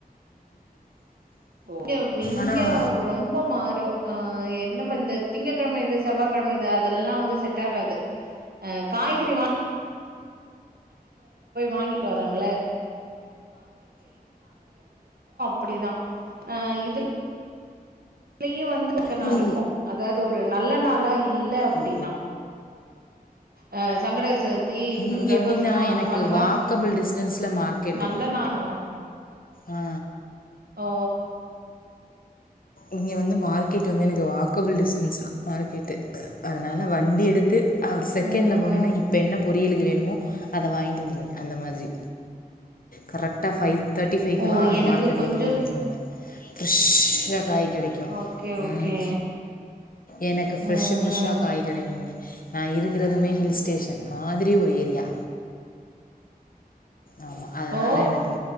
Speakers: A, on the right; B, on the left.
A: ஓ இங்கவ் இங்கவ்
B: ஆனால்
A: ரொம்ப மாரோ ஆ என்ன பண்றது திங்கக்கழமை இது செவ்வாகழமை இது அதெல்லா வந்து செட்டாகாது ஆ காய்கறி வா வாங்கிட்டு வரேன்ல, அப்படிதா ஆ இதுல் நீ வந்து <unintelligible>
B: இது
A: இருக்கோ அதாது ஒ ரு நல்ல நாளா இ ல்ல அப்பிடினா
B: ஓ
A: அ சங்கட சத்தி இப்
B: இங்கே
A: பிரதோஷ
B: எப்படின்னா
A: அந்
B: எனக்கு
A: அந்த மாரி
B: வாக்கபிள் டிஸ்டன்ஸில் மார்க்கெட்டு
A: நல்ல நானுவே
B: ஆ
A: ஓ
B: இங்க வந்து மார்க்கெட் வந்து எனக்கு வாக்கபுள் டிஸ்டன்ஸ் தா மார்க்கெட்டு அ அதனால வண்டி எடுத்து அ ஒரு செகண்ட்ல
A: ம்,
B: போனேன்னா
A: ம்.
B: இப்ப என்ன பொரியலுக்கு வேணுமோ அத வாங்கிட்டு வந்துருவே அந்த மாதிரி கரெக்டா ஃபைவ் தேட்டி ஃபைக்கெலா
A: ஓ! எனக்கு
B: மார்க்கெட்
A: கொஞ்சம்
B: ஓப்பன் பண்ணிருவாங்க ஃப்ரெஷ்ஷா காய் கெடைக்கு
A: ஓகே, ஓகே.
B: ம் எனக்கு ஃப்ரெஷ்ஷு
A: ம்,
B: ஃப்ரெஷ்ஷா
A: ம்.
B: காய் கெடைக்கு இங்க நா இருக்கிறதுமே ஹில் ஸ்டேஷன் மாதிரி ஒரு ஏரியா ஆமாம் அதனால்
A: ஓ
B: எனக்கு